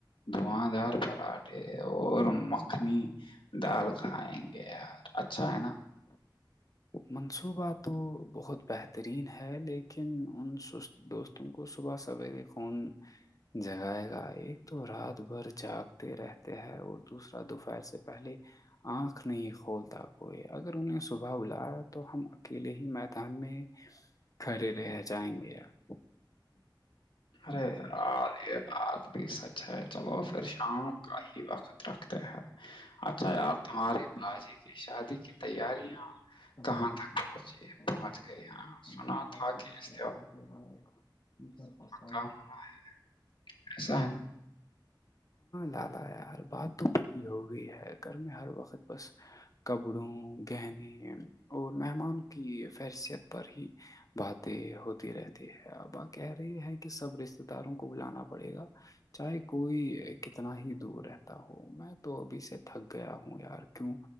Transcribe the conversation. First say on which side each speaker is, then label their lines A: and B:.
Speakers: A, on the left; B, on the left.
A: دھاں دار پراٹ <unintelligible> اور مکھنی دال کھائیں گے یار اچھا ہے نا
B: منصوبہ تو بہت بہترین ہے لیکن ان سست دوستوں کو صبح سویرے کون جگائے گا ایک تو رات بھر جاگتے رہتے ہیں اور دوسرا دوپہر سے پہلے آنکھ نہیں کھولتا ہو اگر انہیں صبح الایا تو ہم اکیلے ہی میدان میں کھڑے رہ جائیں گے آپ
A: ارے یار یہ بات بھی سچ ہے چلو پھر شام کا ہی وقت رکھتے ہیں اچھا یار تمہاراری باجی کی شادی کی تیاریاں
B: <unintelligible>
A: کہاں تک پہنچی پہنچ گئی ہاں سنا تھا کہ اس
B: <unintelligible>
A: کام ہونا ہے ایسا ہے نا
B: تالا یار بات تو پکی ہو گئی ہے گھر میں ہر وقت بس
A: نا
B: کپڑوں گہنے اور مہمان کی فہرثیت پر ہی باتیں ہوتی رہتی ہے اب آ کہہ رہی ہیں کہ سب رشتے دار کو بلانا پڑے گا چاہے کوئی کتنا ہی دور رہتا ہو میں تو ابھی سے تھک گیا ہوں یار کیوں